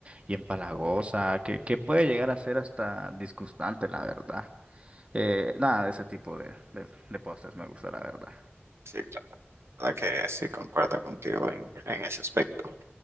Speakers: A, on the right; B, on the right.
A: y empalagosa, que, que puede llegar a ser hasta disgustante, la verdad. Eh, nada de ese tipo de, de, de postres me gusta, la verdad.
B: Sí, claro, la verdad que sí concuerdo contigo en, en ese aspecto.